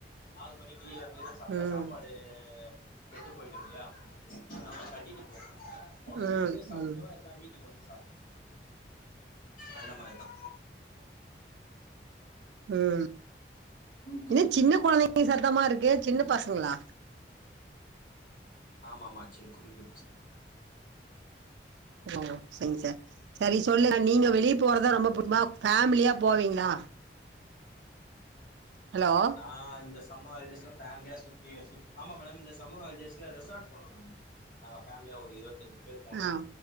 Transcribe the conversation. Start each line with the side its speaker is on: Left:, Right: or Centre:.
Left: நாலு மணிக்கு அப்டிதா சாப்டா
Right: ம்
Left: சாப்பாடு டு கெட்டு போயிடும்ல அதனால கட்டிட்டு போ மாட்ட மோஸ்லி
Right: ம்
Left: வெளிய சாப்பிடுவ
Right: ம்
Left: எல்லா வீட்டுக்கு வந்து சாப்டுப அந்த மாரிதா
Right: ம்
Left: ம்
Right: ஏனா
Left: ம்
Right: சின்ன கொழந்தைங்க சத்தமா இருக்கு சின்ன பசங்ளா
Left: ஆமா ஆமா சி குட்டி குட்டி பசங்க
Right: ஓ சரிங்க சார் சரி சொல்லு நீங்க வெளியே போறதா
Left: சின்ன
Right: ரொம்ப
Left: பசங்க
Right: புடிக்குமா ஃபேமிலியா போவீங்களா ஹலோ
Left: ஆ இந்த சம்மர் ஹாலிடேஸ்ல ஃபேமிலியா சுத்தி சு ஆமா மேடம் இந்த சம்ம ஹாலிடேஸ்ல ரெசார்ட் போனோ நாங்க நாங்க ஃபேமிலியா ஒரு இருவத்தஞ்சு பேர் போனோ
Right: ஆ